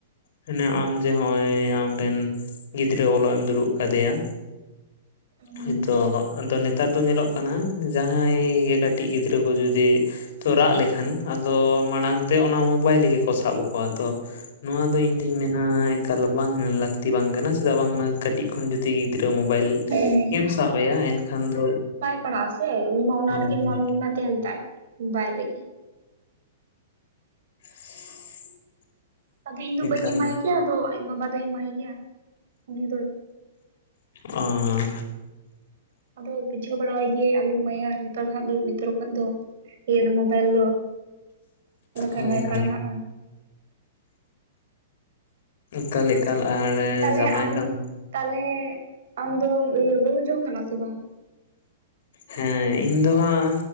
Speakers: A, on the left; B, on the right.
A: ᱦᱟᱱᱮ ᱟᱢ ᱡᱮ ᱦᱚᱜᱼᱚᱭ ᱟᱢᱨᱮᱱ ᱜᱤᱫᱽᱨᱟᱹ ᱚᱞᱚᱜ ᱮᱢ ᱫᱩᱲᱩᱵ ᱠᱟᱫᱮᱭᱟ,
B: ᱦᱳᱭ
A: ᱦᱳᱭᱛᱚ ᱟᱫᱚ ᱱᱤᱛ ᱛᱚ ᱧᱮᱞᱚᱜ ᱠᱟᱱᱟ, ᱡᱟᱦᱟᱸᱭ ᱜᱮ ᱠᱟᱹᱴᱤᱡ ᱜᱤᱫᱽᱨᱟᱹ ᱠᱚ ᱡᱩᱫᱤ ᱛᱚ ᱨᱟᱜ ᱞᱮᱠᱷᱟᱱ ᱟᱫᱚ ᱢᱟᱲᱟᱝ ᱛᱮ ᱚᱱᱟ ᱢᱳᱵᱟᱭᱤᱞ ᱜᱮᱠᱚ ᱥᱟᱵ ᱟᱠᱚᱣᱟ᱾ ᱛᱚ, ᱱᱚᱣᱟ ᱫᱚ ᱤᱧ ᱫᱚᱧ ᱢᱮᱱᱟ ᱮᱠᱟᱞ ᱵᱟᱝ ᱞᱟᱹᱠᱛᱤ ᱵᱟᱝ ᱠᱟᱱᱟ, ᱪᱮᱫᱟᱜ ᱵᱟᱝᱢᱟ ᱠᱟᱹᱴᱤᱡ ᱠᱷᱚᱱ ᱡᱩᱫᱤ ᱜᱤᱫᱽᱨᱟᱹ ᱢᱳᱵᱟᱭᱤᱞ
B: ᱦᱮᱸ
A: ᱜᱮᱢ ᱥᱟᱵ ᱟᱭᱟ ᱮᱱᱠᱷᱟᱱ ᱫᱚ
B: ᱯᱟᱲᱟᱜ ᱟᱥᱮ ᱩᱱᱤ ᱢᱟ ᱚᱱᱟ
A: ᱦᱳᱭ
B: ᱨᱮᱜᱮ
A: ᱦᱳᱭ
B: ᱢᱚᱱ ᱢᱟ ᱛᱟᱦᱮᱱ ᱛᱟᱭ ᱵᱟᱭ ᱨᱮᱜᱮ
A: <inaudible>
B: ᱟᱫᱚ ᱤᱧ ᱫᱚ
A: ᱮᱠᱟᱞ
B: ᱵᱟᱹᱧ ᱮᱢᱟᱭ ᱜᱮᱭᱟ ᱟᱫᱚ ᱟᱡ ᱵᱟᱵᱟ ᱫᱚᱭ ᱮᱢᱟᱭ ᱜᱮᱭᱟ ᱩᱱᱤ ᱫᱚ
A: ᱚᱸ
B: ᱟᱫᱚᱭ ᱵᱩᱡᱷᱟᱹᱣ ᱵᱟᱲᱟᱣᱟᱭ ᱜᱮᱭᱟᱧ ᱟᱞᱚᱢ ᱮᱢᱟᱹᱭᱟ ᱱᱮᱛᱟᱨ ᱠᱷᱟᱜ ᱫᱚ ᱱᱤᱛᱚᱨ ᱠᱷᱟᱜ ᱫᱚ ᱤᱭᱟᱹ ᱫᱚ ᱢᱳᱵᱟᱭᱤᱞ ᱫᱚ ᱵᱟᱠᱷᱟᱡ
A: ᱦᱚᱭ
B: ᱵᱟᱭ
A: ᱟᱢᱧ
B: ᱯᱟᱲᱦᱟᱜᱼᱟ
A: ᱚᱠᱟ‌ ᱞᱮᱠᱟᱱ ᱟᱨ
B: ᱛᱟᱞᱮ
A: ᱡᱟᱢᱟᱭ
B: ᱟᱢ
A: ᱛᱟᱢ
B: ᱛᱟᱞᱦᱮ ᱟᱢ ᱫᱚᱢ ᱤᱭᱟᱹ ᱵᱟᱹᱦᱩ ᱡᱚᱝ ᱠᱟᱱᱟ ᱥᱮ ᱵᱟᱝ
A: ᱦᱮᱸ ᱤᱧ ᱫᱚ ᱦᱟᱸᱜ